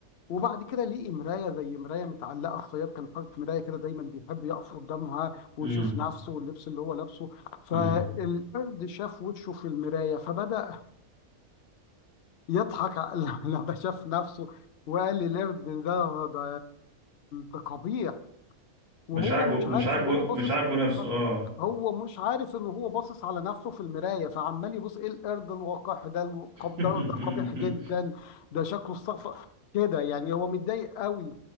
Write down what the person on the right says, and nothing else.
امم
امم
مش عاجبه
مش
عاجبه
مش عاجبه
نفسه اه
<laughs>